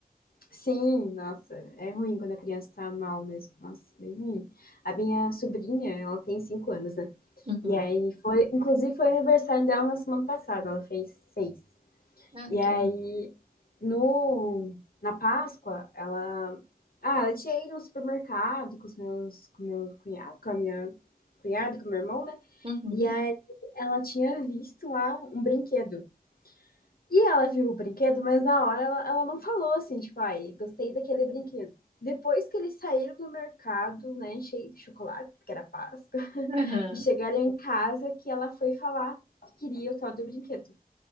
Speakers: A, on the left; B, on the right.
A: Sim, nossa, é ruim quando a criança tá mal mesmo. Nossa, bem ruim. A minha sobrinha, ela tem cinco anos, né?
B: Uhum.
A: E aí foi, inclusive foi aniversário dela na semana passada, ela fez seis.
B: Ai,
A: E
B: que
A: aí
B: legal.
A: no na Páscoa, ela ah, ela tinha ido no supermercado com os meus com meu cunhado, com a minha cunhada, com o meu irmão, né?
B: Uhum.
A: E aí ela tinha visto lá um brinquedo. E ela viu o brinquedo, mas na hora ela, ela não falou assim, tipo, ai, gostei daquele brinquedo. Depois que eles saíram do mercado, né, cheio de chocolate, porque era Páscoa,
B: Aham.
A: e chegaram em casa que ela foi falar que queria o tal do brinquedo.